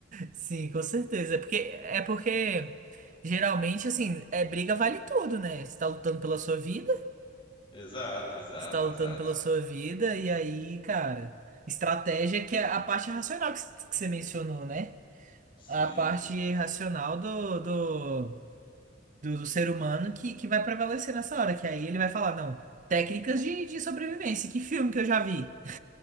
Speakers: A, on the right (about 45°); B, on the left (about 25°).
A: Sim, com certeza. É porque, é porque geralmente, assim, é briga vale tudo, né? Você tá lutando pela sua vida,
B: Exato, exato,
A: você tá lutando
B: exato.
A: pela sua vida, e aí, cara, estratégia que é a parte racional que, c- que você mencionou, né?
B: Sim.
A: A parte racional do, do, do, do ser humano que, que vai prevalecer nessa hora, que aí ele vai falar, não, técnicas de, de sobrevivência, que filme que eu já vi?